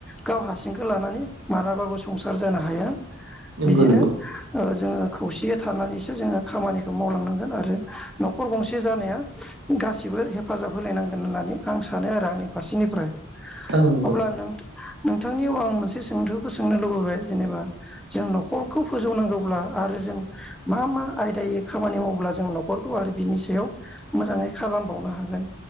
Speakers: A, in the centre; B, on the right.
A: गाव हारसिंखौ लानानै मालाबाबो संसार जानो हाया बिदिनो
B: नंगौ नंगौ
A: ओ जोङो खौसे थानानैसो जोङो खामानिखौ मावलांनांगोन आरो न'खर गंसे जानाया गासिबो हेफा -जाब होलायनांगोन होननानै आं सानो आरो आंनि फारसेनिफ्राय
B: औ नंगौ
A: अब्ला नोंथा नोंथांनियाव आं मोनसे सोंथौखौ सोंनो लुबैबाय जेनेबा जों न'खरखौ फोजौनांगौब्ला आरो जों मा मा आयदायै खामानि मावोब्ला जों नख -रखौ आरो बिनि सायाव मोजाङै खालामबावनो हागोन